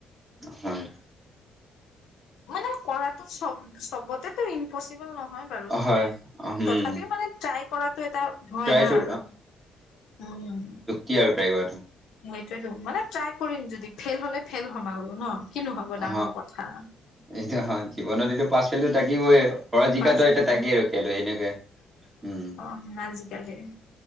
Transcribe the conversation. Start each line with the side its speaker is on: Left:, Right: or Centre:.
Right: হয়।
Left: মানে কৰাটো চ'ব চ'বতেতো ইমপচিবল নহয় বাৰু,
Right: হয়
Left: মানে
Right: উম
Left: তথাপি মানে ট্ৰাই কৰাটো এটা হয়
Right: ট্ৰাইটো
Left: না আৰু উম,
Right: কি আৰু ট্ৰাই কৰাটো?
Left: সেইটোয়েতো, মানে ট্ৰাই কৰিম, যদি ফেইল হ'লে ফেইল হ'ম আৰু ন, কিনো হ'ব
Right: অ
Left: ডাঙৰ কথা।
Right: এইটো হয়। জীৱনত এইটো পাছ, ফেলটো থাকিবই, হৰা জিকাটো
Left: বাছ সেইটো
Right: এটা তাকেই আৰু কেলৈ এনেকে, উম,
Left: উম, আজিকালি।